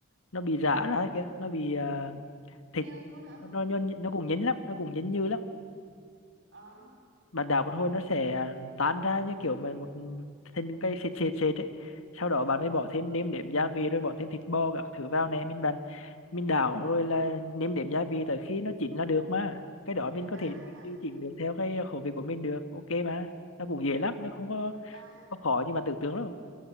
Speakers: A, on the left; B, on the right.
A: nó bị rã ra kìa nó bị à, thịt
B: nhương luôn hả
A: nó nó nó nó cũng nhấn lắm nó cũng nhấn như lắm
B: ờ
A: bạn đảo một hồi nó sẽ à, tan ra như kiểu mà một một- thành cái sệt sệt sệt ấy sau đó bạn mới bỏ thêm nêm nếm gia vị rồi bỏ thêm thịt bò các thứ vào nè mình bạn mình đảo rồi là nêm nếm gia vị tới khi nó chín là được mà cái đó mình có
B: à
A: thể đi- đi chỉnh được theo cái khẩu vị của mình được ok mà nó cũng dễ lắm nó không có,
B: à
A: có khó như bạn tưởng tượng đâu